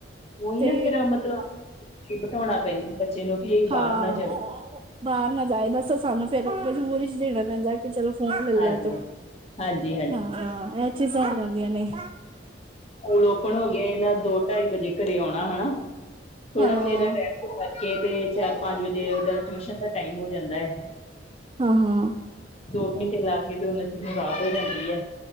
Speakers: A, on the left; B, on the right.
A: ਉਹੀ
B: ਤੇ
A: ਨਾ ਫੇਰ ਮਤਲਬ ਬਿਠਾਉਣਾ ਪੈਂਦਾ ਬੱਚੇ ਨੂੰ ਕਿ ਬਾਹਰ
B: ਹਾਂ
A: ਨਾ ਜਵੇ।
B: ਬਾਹਰ ਨਾ ਜਾਏ ਬੱਸ ਸਾਨੂੰ ਫੇਿਰ ਮਜਬੂਰੀ ਚ ਦੇਣਾ ਪੈਂਦਾ ਕਿ ਚਲੋ ਫੋਨ ਲੈ
A: ਹਾਂਜੀ
B: ਲੈ ਤੂੰ
A: ਹਾਂਜੀ ਹਾਂਜੀ ਹਾਂਜੀ
B: ਹਾਂ ਇਹ ਚੀਜ਼ਾਂ ਹੋ ਜਾਂਦੀਆਂ ਨੇ
A: ਸਕੂਲ ਓਪਨ ਹੋ ਗਏ ਇਹਨਾਂ ਦੋ ਢਾਈ ਵਜੇ ਘਰੇ ਆਉਣਾ ਹੈਨਾ ਥੋੜਾ
B: ਹਾਂ
A: ਚਿਰ ਰਹਿ ਬਚੇੱ ਤੇ ਚਾਰ ਪੰਜ ਵਜੇ ਉਹਦਾ ਟਿਊਸ਼ਨ ਦਾ ਟਾਈਮ ਹੋ ਜਾਂਦਾ ਏ
B: ਹਾਂ ਹਾਂ
A: ਦੋ ਘੰਟੇ ਲਾ ਕੇ ਤੇ ਉਹਨਾਂ ਚਿਰ ਨੂੰ ਰਾਤ ਹੋ ਜਾਂਦੀ ਐ